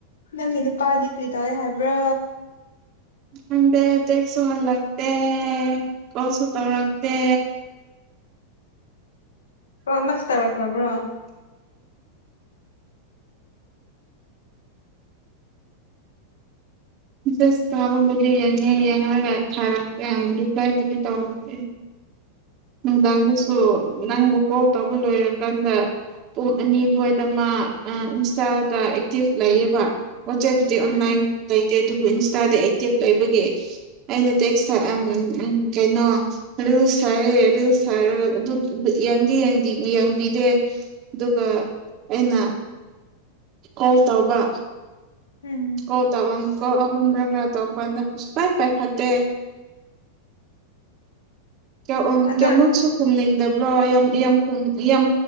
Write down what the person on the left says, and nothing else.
ꯅꯪꯒꯤ ꯅꯨꯄꯥꯗꯤ ꯀ꯭ꯔꯤ ꯇꯧꯋꯦ ꯍꯥꯏꯕ꯭ꯔꯥ
ꯑꯣ ꯃꯁꯇꯔ ꯇꯧꯕ꯭ꯔꯣ
ꯎꯝ
ꯎꯝ
ꯎꯝ
ꯑꯗꯣ